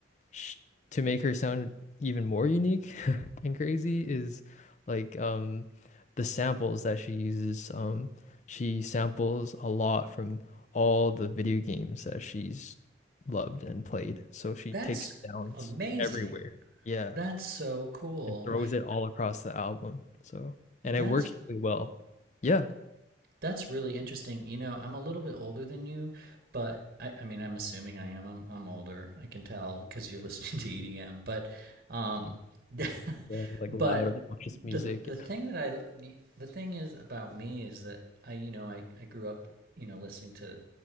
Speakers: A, on the left (about 40°); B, on the right (about 50°).
A: sh to make her sound even more unique <laughs> and crazy is like um the samples that she uses. Um, she samples a lot from all the video games that she's loved and played. So she
B: That's
A: takes sounds
B: amazing.
A: everywhere. Yeah,
B: That's so cool.
A: and throws it all across the album. So,
B: That's
A: and it works really well. Yeah.
B: That's really interesting. You know, I'm a little bit older than you, but I, I mean, I'm assuming I am. I'm, I'm older. I can tell because you're <laughs> listening to EDM. But, um, <laughs>
A: Yeah, like
B: but
A: loud, obnoxious
B: the
A: music.
B: the thing
A: Yeah.
B: that I the thing is about me is that I you know I I grew up you know listening to